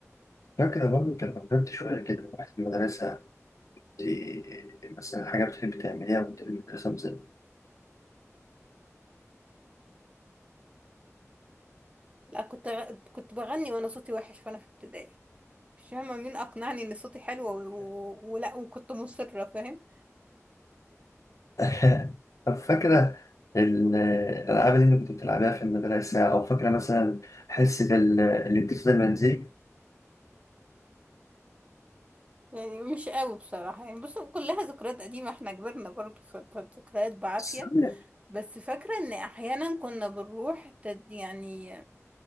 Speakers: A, on the left; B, on the right.
A: فاكرة برضه كان لما كبرت شوية كده رحت المدرسة دي مثلا حاجة بتحب تعمليها وأنت في المدرسة مثلا
B: لا كنت غ... كنت بغني وأنا صوتي وحش وأنا في ابتدائي مش فاهمة مين أقنعني إن صوتي حلو و... و... ولا وكنت مصرة فاهم
A: <laughs> طب فاكرة ال- الألعاب اللي أنت كنت بتلعبها في المدرسة أو فاكرة مثلا حصة ال- الاتصال المنزلي؟
B: يعني مش قوي بصراحة يعني بص كلها ذكريات قديمة احنا كبرنا برضه ف- فالذكريات بعافية
A: بس أنا
B: بس فاكرة ان احيانا كنا بنروح تد يعني